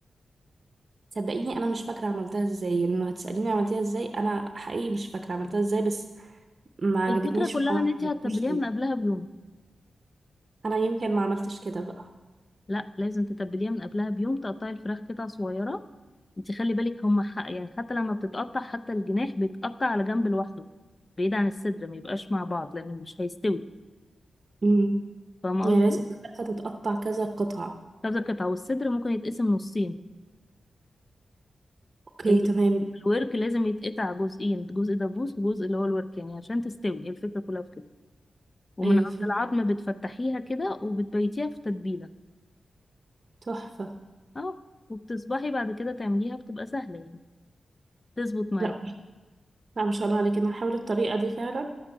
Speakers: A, on the right (about 50°); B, on the left (about 30°).
A: صدقيني انا مش فاكرة عملتها ازاي يعني لو هتسأليني عملتها ازاي انا حقيقي مش فاكرة عملتها ازاي بس ما عجبتنيش
B: الفكرة كلها
A: وما
B: إن انتي
A: جربتهاش
B: هتتبليها
A: تاني
B: من قبلها بيوم
A: انا يمكن ما عملتش كده بقى
B: لا لازم تتبليها من قبلها بيوم تقطعي الفراخ قطع صغيرة انت خلي بالك هما حق يعني حتى لما بتتقطع حتى الجناح بيتقطع على جنب لوحده بعيد عن الصدر ما يبقاش مع بعض لان مش هيستوي
A: امم
B: فاهمة
A: يعني
B: قصدي؟
A: لازم الفرخة تتقطع كذا قطعة
B: كذا قطعة والصدر ممكن يتقسم نصين
A: اوكي
B: ال-
A: تمام
B: الورك لازم يتقطع جزئين جزء دبوس وجزء اللي هو الورك يعني عشان تستوي هي الفكرة كلها في كده ومن
A: ايوه
B: عند
A: فهمت
B: العظم بتفتحيها كده وبتبيتيها في تتبيلة
A: تحفة
B: اه وبتصبحي بعد كده تعمليها بتبقى سهلة يعني تظبط معاكي
A: لا لا ما شاء الله عليك انا هحاول الطريقة دي فعلا